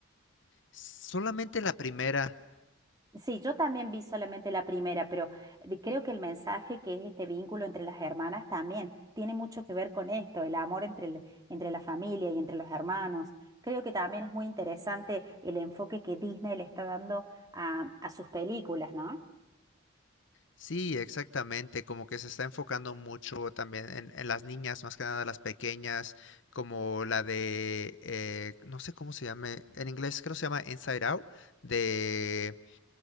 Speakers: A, on the left; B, on the right.
A: Solamente la primera,
B: Sí, yo también vi solamente la primera, pero de- creo que el mensaje que es este vínculo entre las hermanas también tiene mucho que ver con esto, el amor entre, el- entre la familia y entre los hermanos. Creo que también es muy interesante el enfoque que Disney le está dando a, a sus películas, ¿no?
A: sí, exactamente, como que se está enfocando mucho también en, en las niñas, más que nada las pequeñas, como la de, eh, no sé cómo se llame, en inglés creo que se llama Inside Out, de